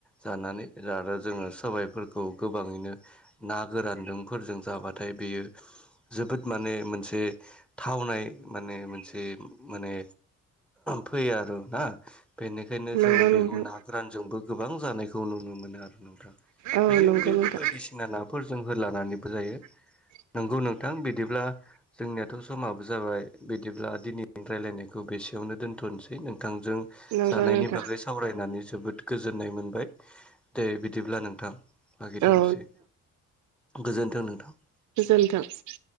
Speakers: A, in the centre; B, on the right (about 70°).
A: जानानै आरो जोङो साबाइफोरखौ गोबाङैनो ना गोरानजों फोरजों जाबाथाय बेयो जोबोद माने मोनसे थावनाय माने मोनसे माने फैयो आरो ना बे निखायनो जोङो
B: नंगौ
A: बेखौ
B: नोंथां
A: ना गोरानजोंबो गोबां जानायखौ नुनो मोनो आरो नोंथां
B: औ
A: बेनि
B: नंगौ
A: अनगायैबो
B: नोंथां
A: बायदिसिना नाफोर जों होलानानैबो जायो
B: <inaudible>
A: नंगौ नोंथां बिदिब्ला जोंनियाथ' समाबो जाबाय बिदिब्ला दिनैनि रायलायनायखौ बेसे सेयावनो दोन्थ'नोसै नोंथांजों
B: नंगौ
A: जानायनि
B: नोंथां
A: बागै सावरायनानै जोबोद गोजोननाय मोनबाय दे बिदिब्ला नोंथां लागिथ'सै
B: औ
A: गोजोन्थों नोंथां
B: गोजोनथों